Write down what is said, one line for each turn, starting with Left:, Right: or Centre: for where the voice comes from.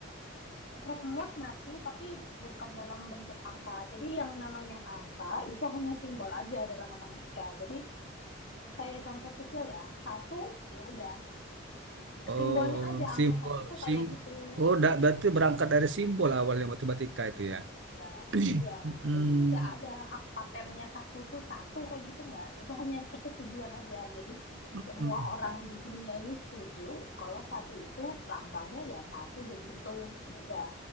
Left: rumus masih tapi bukan dalam bentuk angka. Jadi yang namanya angka itu hanya simbol aja dalam matematika. Jadi kayak contoh kecil ya, satu ya udah
Right: Oh,
Left: simbolnya aja angka
Right: simbol,
Left: satu tuh kayak
Right: sim
Left: gitu.
Right: Oh,
Left: Mm,
Right: da- berarti berangkat dari simbol awalnya matematika itu ya.
Left: Ya,
Right: <clears throat>
Left: iya. Jadi nggak ada hak patennya satu tuh satu kayak gitu nggak. Itu hanya persetujuan aja. Jadi
Right: Hmm.
Left: semua orang di dunia ini setuju kalau satu itu lambangnya ya satu begitu. Udah.